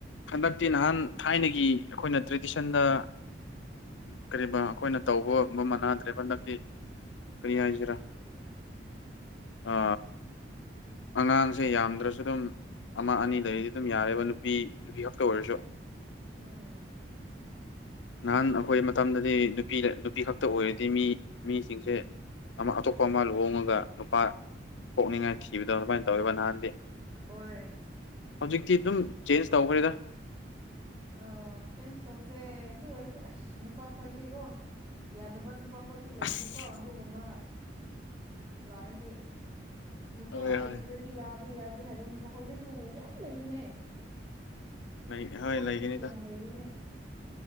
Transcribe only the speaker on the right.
ꯎꯝ
ꯍꯣꯏ
ꯑ ꯆꯦꯟꯖ ꯇꯧꯈ꯭ꯔꯦ ꯑꯗꯨ ꯑꯣꯏꯔꯁꯨ ꯑꯁ ꯅꯨꯄꯥ ꯈꯣꯏꯁꯤꯦꯀꯣ ꯌꯥꯗꯕ ꯅꯨꯄꯥꯈꯣꯏꯁꯨ ꯂꯩꯕꯅꯤꯀꯣ
ꯑꯗꯨꯒꯨꯝꯕ ꯂꯥꯛꯑꯗꯤ ꯅꯨꯄꯥ
ꯂꯩꯇ꯭ꯔꯗꯤ
ꯌꯥꯗꯦ ꯌꯥꯗꯦ ꯍꯥꯏꯕ ꯅꯨꯄꯥ ꯍꯧꯖꯤꯛꯁꯨ ꯌꯥꯝ ꯂꯩꯕꯅꯦ
ꯑꯩꯈꯣꯏꯗꯗꯤ
ꯌꯥꯝ ꯂꯩꯕꯅꯦ